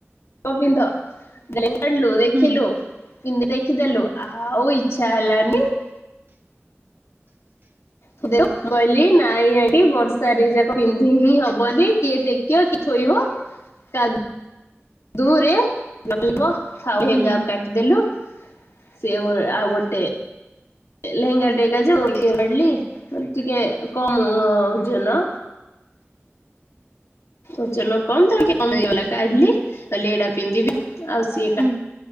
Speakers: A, on the left; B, on the right.
A: ପିନ୍ଧ <unintelligible> ଦେଖିଲୁ ଦେଖିଲୁ
B: ହୁଁ
A: ପିନ୍ଧି ଦେଇକି ଦେଲୁ ଆଉ ଇଚ୍ଛା ହେଲାନି। <unintelligible> କହିଲି ନାଇଁ ଆଣ୍ଟି ବର୍ଷାରେ <unintelligible> ପିନ୍ଧି ହିଁ ହବନି କିଏ ଟେକିବ କି ଥୋଇବ। କାଦୁଅରେ <unintelligible> ଲେହେଙ୍ଗା କୁ
B: ହୁଁ
A: କାଟିଦେଲୁ। ସିଏ ଗୋଟେ ଆଉ ଗୋଟେ ଲେହେଙ୍ଗା <unintelligible> ଟିକେ କମ ଓଜନ। ଓଜନ କମ୍ ତାପରେ ଟାକେ କମିଗଲା କାଢିଲି କହିଲ ଏଟା ପିନ୍ଧିବି ଆଉ ସିଏ
B: ହୁଁ
A: କା